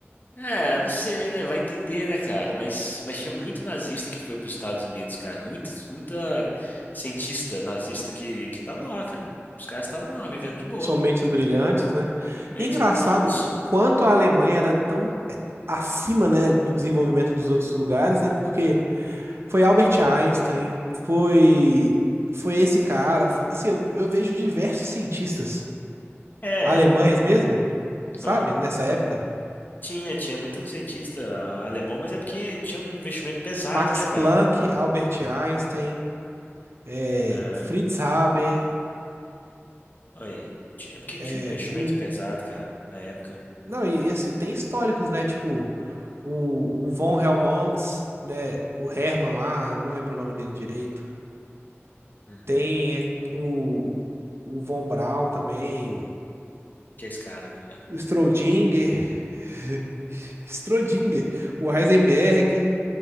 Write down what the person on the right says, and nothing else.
São mentes brilhantes, né?
E é engraçado
o quanto a Alemanha era tão eh, acima, né, do desenvolvimento dos outros lugares, né? Porque foi Albert Einstein, foi foi esse cara, foi- assim, eu, eu vejo diversos cientistas
alemães mesmo, sabe?
Nessa época,
Max
Planck, Albert Einstein, eh,
Fritz Haber,
eh,
o
Não, e, e assim, tem históricos, né? Tipo, o, o Von Helmont, né? O Herman lá, eu não lembro o nome dele direito.
Tem é, o, o Von Braun também,
o Strodinger, <laughs> Strodinger, o Heisenberg,